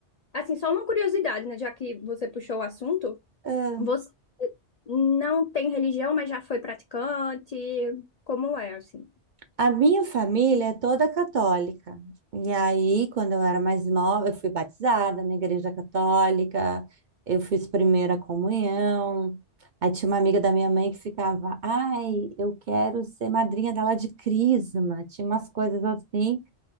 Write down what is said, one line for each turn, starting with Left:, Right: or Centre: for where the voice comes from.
Left: assim, só uma curiosidade, né? Já que você puxou o assunto,
Right: é,
Left: você não tem religião, mas já foi praticante. Como é, assim?
Right: A minha família é toda católica. E aí, quando eu era mais nova, eu fui batizada na igreja católica, eu fiz primeira comunhão. Aí tinha uma amiga da minha mãe que ficava, ai, eu quero ser madrinha dela de crisma. Tinha umas coisas assim.